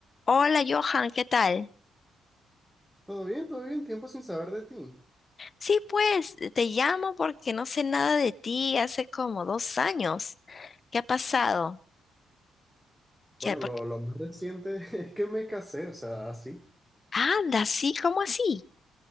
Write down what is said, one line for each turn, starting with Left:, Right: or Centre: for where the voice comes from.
Left: Hola Johan, ¿qué tal?
Centre: Todo bien, todo bien, tiempo sin saber de ti.
Left: Sí, pues te llamo porque no sé nada de ti hace como dos años. ¿Qué ha pasado? ¿Qué,
Centre: Bueno,
Left: por
Centre: lo,
Left: qué?
Centre: lo más reciente <laughs> es que me casé, o sea, así.
Left: Anda, sí, ¿cómo así?